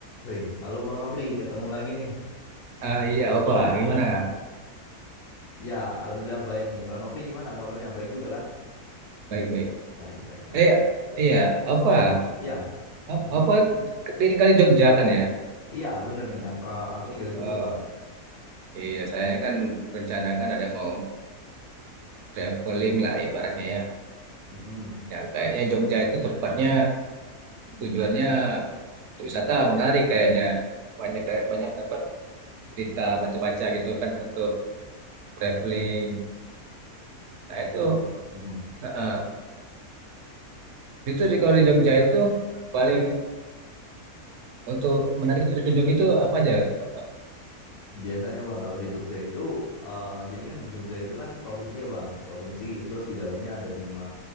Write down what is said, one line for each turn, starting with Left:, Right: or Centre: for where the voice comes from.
Left: Woi, halo Bang Nofri, ketemu lagi nih.
Right: Ah, iya, Ova, gimana?
Left: Ya, alhamdulillah baik nih. Bang Nofri gimana kabarnya? Baik juga kan?
Right: Baik, baik.
Left: Baik, baik. Oke.
Right: Eh, iya, Ova,
Left: Ya,
Right: O-
Left: gimana?
Right: Ova tinggal di Jogja kan ya?
Left: Iya, bener nih. Ak- eh, Aku tinggal di
Right: Eh,
Left: Jogja, Bang.
Right: iya, saya ini kan rencana kan ada mau traveling lah ibaratnya ya.
Left: Mm-mm.
Right: Ya, kayaknya Jogja itu tempatnya tujuannya untuk wisata menarik kayaknya. Banyak kayak banyak dapat cerita baca-baca gitu kan untuk traveling. Nah,
Left: Betul,
Right: itu
Left: Bang. Mm-mm.
Right: eh, eh. itu di kalau di Jogja itu paling untuk menarik untuk dikunjungi itu apa aja tuh, Ova?
Left: Biasanya Bang, kalau di Jogja itu, eh jadi kan Jogja itu kan provinsi ya Bang, provinsi. Terus di dalamnya ada lima,